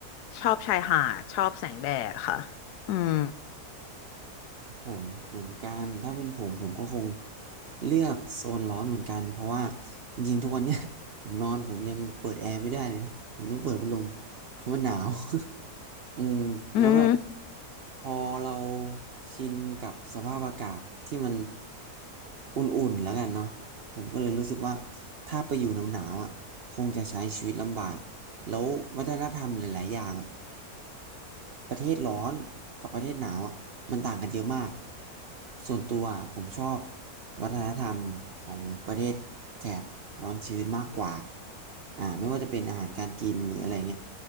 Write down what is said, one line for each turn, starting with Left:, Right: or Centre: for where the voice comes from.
Left: ชอบชายหาดชอบแสงแดดค่ะอืม
Right: ผมเหมือนกันถ้าเป็นผมผมก็คงเลือกโซนร้อนเหมือนกันเพราะว่าจริงๆทุกวันเนี้ย <laughs> ผมนอนผมยังเปิดแอร์ไม่ได้เลยนะผมต้องเปิดพัดลมเพราะมันหนาว <laughs> อืมแล้วแบบ
Left: อืม
Right: พอเราชินกับสภาพอากาศที่มันอุ่นๆแล้วกันเนาะผมก็เลยรู้สึกว่าถ้าไปอยู่หนาวๆอ่ะคงจะใช้ชีวิตลำบากแล้ววัฒนธรรมหลายๆอย่างอะ ประเทศร้อนกับประเทศหนาวอ่ะมันต่างกันเยอะมากส่วนตัวอะผมชอบวัฒนธรรมของประเทศแถบร้อนชื้นมากกว่าอ่าไม่ว่าจะเป็นอาหารการกินหรืออะไรเงี้ย